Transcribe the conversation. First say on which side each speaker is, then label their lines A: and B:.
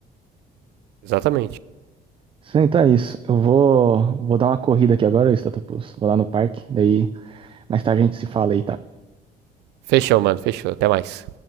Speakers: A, on the right; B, on the right.
A: Exatamente.
B: Sim, Então é isso. Eu vou, vou dar uma corrida aqui agora, Statopus. Vou lá no parque, daí mais tarde a gente se fala aí, tá?
A: Fechou, mano. Fechou. Até mais.